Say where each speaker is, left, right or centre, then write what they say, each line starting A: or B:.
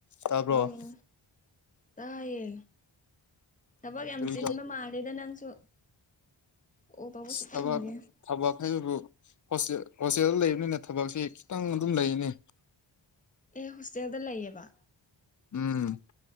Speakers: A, on the left; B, on the left.
A: ꯇꯥꯕ꯭ꯔꯣ
B: ꯑꯜꯂꯣ ꯇꯥꯌꯦ ꯊꯕꯛ ꯌꯥꯝ
A: ꯀꯔꯤꯗꯣ
B: ꯆꯤꯟꯕ ꯃꯥꯜꯂꯦꯗ ꯅꯪꯁꯨ ꯀꯣꯜ ꯇꯧꯕ
A: ꯏꯁ
B: ꯁꯨꯛꯐꯪ
A: ꯊꯕꯛ
B: ꯐꯪꯗꯦ
A: ꯊꯕꯛ ꯍꯥꯏꯕꯕꯨ ꯍꯣꯁꯇꯦꯜ ꯍꯣꯁꯇꯦꯜꯗꯥ ꯂꯩꯕꯅꯤꯅ ꯊꯕꯛꯁꯤ ꯈꯤꯇꯪ ꯑꯗꯨꯝ ꯂꯩꯅꯤ
B: ꯑꯦ ꯍꯣꯁꯇꯦꯜꯗ ꯂꯩꯑꯕ
A: ꯎꯝ